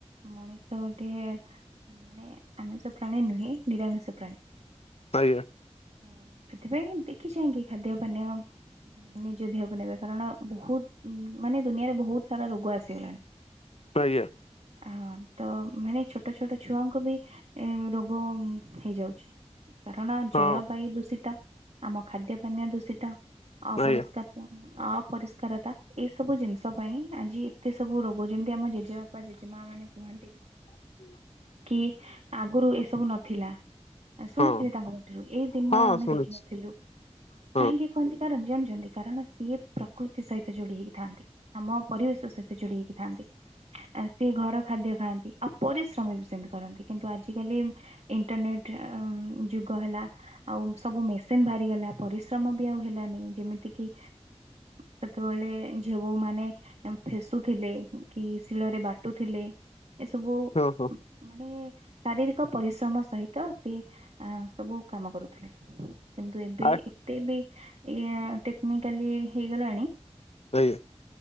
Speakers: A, on the right (about 65°); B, on the left (about 65°).
A: ମଣିଷ ଗୋଟେ ମାନେ ଆମିଷ ପ୍ରାଣୀ ନୁହେଁ ନିରାମିଷ ପ୍ରାଣୀ।
B: ଆଜ୍ଞା।
A: ତ ସେଥିପାଇଁ ଦେଖି ଚାହିଁ କି ଖାଦ୍ୟ ପାନୀୟ ନିଜ ଦେହକୁ ନେବେ କାରଣ ବହୁତ ମାନେ ଦୁନିଆରେ ବହୁତ ସାରା ରୋଗ ଆସିଗଲାଣି।
B: ଆଜ୍ଞା
A: ହ ତ ମାନେ ଛୋଟ ଛୋଟ ଛୁଆଙ୍କୁ ବି ଏ ରୋଗ ହେଇଯାଉ କାରଣ
B: ହଁ
A: ଜଳବାୟୁ ଦୂଷିତ ଆମ ଖାଦ୍ୟ ପାନୀୟ ଦୂଷିତ ଅପରିଷ୍କାର
B: ଆଜ୍ଞା
A: ଅପରିଷ୍କାରତା ଏସବୁ ଜିନିଷ ପାଇଁ ଆଜି ଏତେ ସବୁ ରୋଗ ଯେମିତି ଆମ ଜେଜେବା ଜେଜେମା ମାନେ କୁହନ୍ତି
B: ହ <unintelligible>
A: କି ଆଗରୁ ଏସବୁ ନଥିଲା। ଶୁଣିଥିବେ
B: ହଁ
A: ତାଙ୍କ ପାଟିରୁ ଏଇ ଦିନ
B: ହଁ
A: ଆମେ
B: ଶୁଣିଛି
A: ଦେଖିନଥିଲୁ।
B: ହଁ <unintelligible>
A: କାହିଁକି କୁହନ୍ତି ଜାଣିଛନ୍ତି କାରଣ ସିଏ ପ୍ରକୃତି ସହିତ ଯୋଡି ହେଇଥାନ୍ତି। ଆମ ପରିବେଶ ସହିତ ଯୋଡି ହେଇକି ଥାନ୍ତି। ଆସି ଘର ଖାଦ୍ୟ ଖାଆନ୍ତି ଆଉ ପରିଶ୍ରମୀ ବି ସେମିତି କରନ୍ତି କିନ୍ତୁ ଆଜିିକାଲି ଇଣ୍ଟରନେଟ ଯୁଗହେଲା ଆଉ ସବୁ ମେସିନ୍ ପରିଶ୍ରମ ବି ଆଉ ହେଲାନି ଯେମିତି କି ସେତେବେଳେ ଝିଅ ବୋଉ ମାନେ ଫେସୁଥିଲେ କି ଶିଳରେ ବାଟୁଥିଲେ ଏସବୁ
B: ହଁ ହଁ
A: ମାନେ ଶାରୀରିକ ପରିଶ୍ରମ ସହିତ ସେ ସବୁ କାମ କରୁଥିଲେ। କିନ୍ତୁ ଏବେ
B: ଆ
A: ଏତେ ବି ଇ ଟେକ୍ନିକାଲି ହେଇଗଲାଣି।
B: ଆଜ୍ଞା।